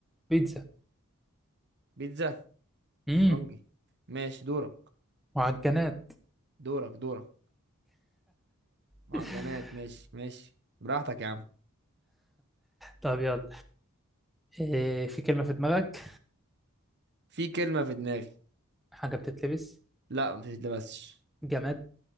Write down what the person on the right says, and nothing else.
بيتزا
فرنجي ماشي دورك
دورك دورك معجنات
ماشي ماشي براحتك يا عم
في كلمة في دماغي
لا ما تتلبسش